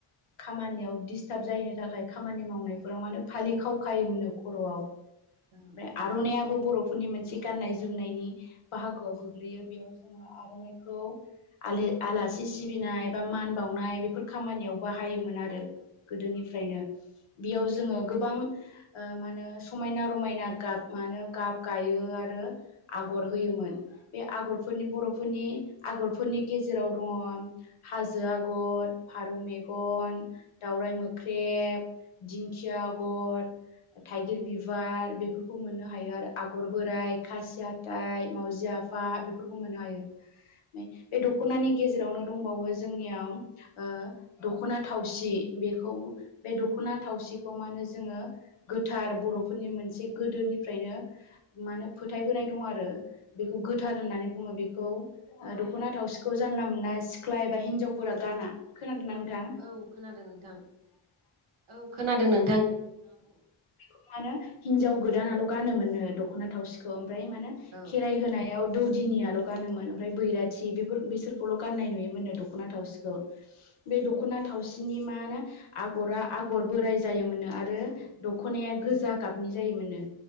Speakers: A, on the left; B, on the right.
A: खामानियाव डिस्टार्ब जायैनि थाखाय खामानि मावनायफोराव मा नो फालि खाव खायोमोननो खर'आव ओमफाय
B: औ
A: आर'नाइआ बो बर'फोरनि मोनसे गाननाय जोमनायनि बाहागोआव गोग्लैयो बेयाव जोङो आर'नाइखौ आलो आलासि सिबिनाय बा मान बावनाय बेफोर खामानियाव बाहायोमोन आरो। गोदोनिफ्रायनो बेयाव जोङो गोबां ओ मा नो समायना रमायना गाब मा नो गाब गायो आरो आगर होयोमोन। बे आगरफोरनि बर'फोरनि आगरफोरनि गेजेराव दङ हाजो आगर फारौ मेगन, दावराइ मोख्रेब, दिंखिया आगर थाइगिर बिबार बेफोरखौ मोननो हायो आरो आगर बोराइ, खासि हाथ्थाय, माव जि आफा बेफोरखौ मोननो हायो। मे बे दख'नानि गेजेरावनो दंबावो जोंनियाव ओ दख'ना थावसि। बेखौ बे दख'ना थावसिखौ मा होनो जोङो गोथार बर'फोरनि मोनसे गोदोनिफ्रायनो मा होनो फोथायबोनाय दं आरो बेखौ गोथार होननानै बुङो बेखौ ओ दख'ना थावसिखौ जानला मोना सिख्ला एबा हिन्जावफोरा गान गाना खोनादों ना नोंथां नों
B: औ खोनादों नोंथां औ खोनादों नों
A: मा होनो हिनजाव गोदानल' गानोम नो दख'ना थावसिखौ ओम फ्राय माने
B: औ
A: खेराय होनायाव दौदिनियाल' गानोमोन ओमफ्राय बैराथि बेफोर बिसोरखौल' गाननाय नुयोमोननो दख'ना थावसिखौ। बे दख'ना थावसिनि मा होनो आगरा आगर बोराय जायोमोननो आर रो दखनाया गोजा गाबनि जायोमोननो